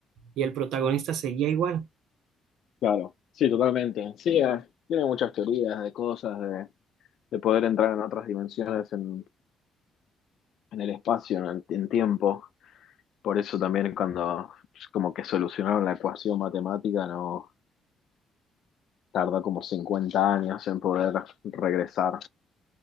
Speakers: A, on the right; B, on the left.
A: y el protagonista seguía igual.
B: claro, sí, totalmente. Sí, eh, tiene muchas teorías de cosas, de, de poder entrar en otras dimensiones, en, en el espacio, en el en tiempo. Por eso también cuando pues, como que solucionaron la ecuación matemática, no tardó como 50 años en poder regresar,